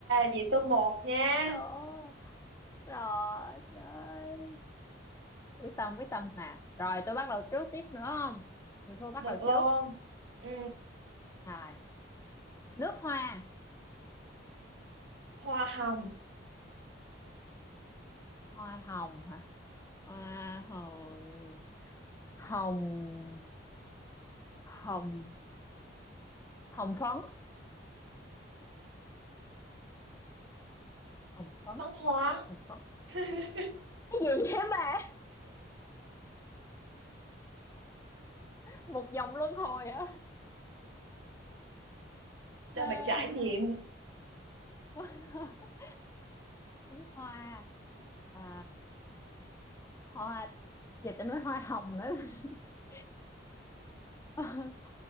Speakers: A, on the right; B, on the left.
A: Vậy tôi một nha
B: thua rồi chơi quyết tâm quyết tâm nè rồi tôi bắt đầu trước tiếp nữa không người thua bắt
A: Được
B: đầu
A: luôn
B: trước
A: ừ.
B: rồi nước hoa
A: Hoa hồng
B: hoa hồng hả hoa hồng hồng hồng hồng phấn hồng phấn
A: Phấn hoa
B: hồng phấn
A: <laughs>
B: cái gì vậy bà một vòng luân hồi hả
A: Cho
B: à,
A: bà trải nghiệm
B: <laughs> phấn hoa à, hoa giờ ta nói hoa hồng nữa <laughs> <laughs>